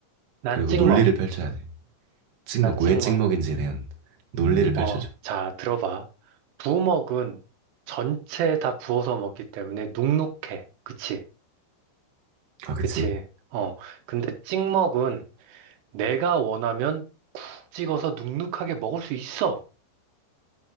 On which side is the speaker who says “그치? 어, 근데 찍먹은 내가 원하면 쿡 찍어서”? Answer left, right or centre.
Right